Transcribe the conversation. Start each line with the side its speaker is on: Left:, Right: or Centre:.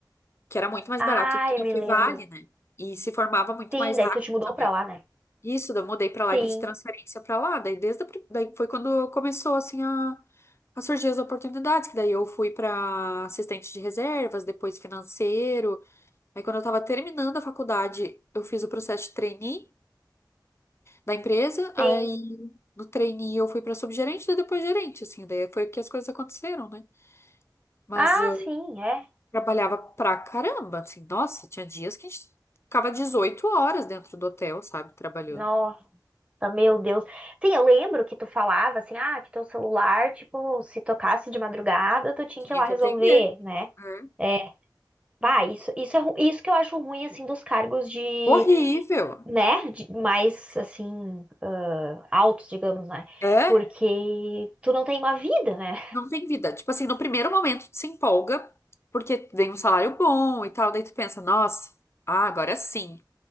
Left: que era muito mais
Right: Ah,
Left: barato do que
Right: eu
Left: na
Right: me
Left: Fevale,
Right: lembro.
Left: né? E se formava muito
Right: Sim,
Left: mais
Right: daí
Left: rápido
Right: tu te mudou
Left: também.
Right: pra lá, né?
Left: Isso, daí eu mudei para lá
Right: Sim,
Left: e pedi transferência para lá. Daí desde a pri- daí foi quando começou assim a a surgir as oportunidades, que daí eu fui para assistente de reservas, depois financeiro. Aí, quando eu tava terminando a faculdade, eu fiz o processo de trainee da empresa. Aí,
Right: sim.
Left: no trainee, eu fui pra subgerente, daí depois gerente, assim. Daí foi que as coisas aconteceram, né? Mas
Right: Ah,
Left: eu
Right: sim, é.
Left: trabalhava pra caramba, assim. Nossa, tinha dias que a gente ficava 18 horas dentro do hotel, sabe? Trabalhando.
Right: Nossa, meu Deus. Sim, eu lembro que tu falava assim, ah, que teu celular, tipo, se tocasse de madrugada, tu tinha
Left: Tinha
Right: que ir lá
Left: que
Right: resolver,
Left: atender.
Right: né?
Left: É.
Right: É, Vai, isso, isso é ru- isso que eu acho ruim, assim, dos cargos de,
Left: Horrível.
Right: né, de- mais, assim, ah, altos, digamos, né?
Left: É?
Right: Porque tu não tem uma vida, né?
Left: Não tem vida. Tipo assim, no primeiro momento, tu se empolga, porque vem um salário bom e tal. Daí tu pensa, nossa, ah, agora sim.